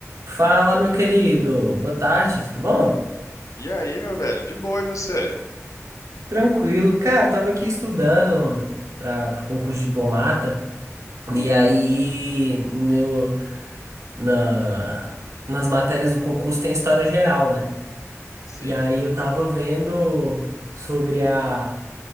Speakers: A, on the right; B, on the left.
A: Fala, meu querido. Boa tarde, tudo bom?
B: E aí, meu velho? De boa, e você?
A: Tranquilo. Cara, eu tava aqui estudando para o concurso de diplomata.
B: Hum,
A: E aí, no, na, nas matérias do concurso tem história geral, né?
B: sim.
A: E aí eu tava vendo sobre a,